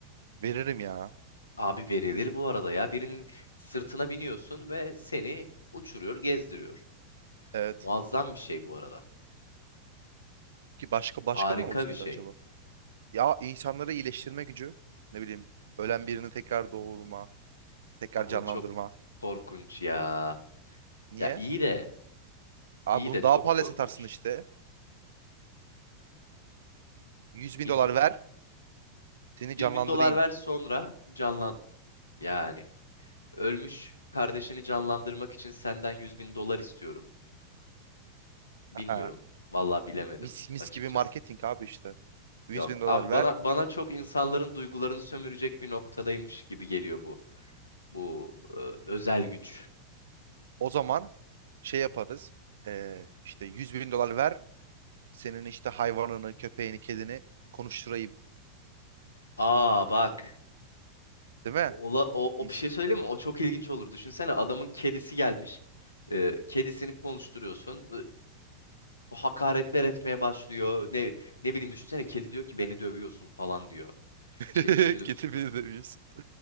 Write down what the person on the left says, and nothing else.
Abi verilir bu arada ya. Birinin sırtına biniyorsun ve seni uçuruyor, gezdiriyor.
Muazzam bir şey bu arada.
Harika
bir şey.
Ago
çok korkunç ya.
Ya iyi de,
iyi
de çok
korkunç.
Bilmiyorum.
100
bin dolar ver sonra canlan... Yani ölmüş kardeşini canlandırmak için senden 100 bin dolar istiyorum. Bilmiyorum.
Vallahi bilemedim
açıkçası.
Yok
abi
bana bana çok insanların duygularını sömürecek bir noktadaymış gibi geliyor bu. Bu e, özel güç.
Aa bak.
Ola, o,
o bir şey söyleyeyim mi? O çok ilginç olur. Düşünsene adamın kedisi gelmiş. E, kedisini konuşturuyorsun. E, hakaretler etmeye başlıyor. Ne ne bileyim düşünsene kedi diyor ki beni dövüyorsun falan diyor.
İşte içini döküyor.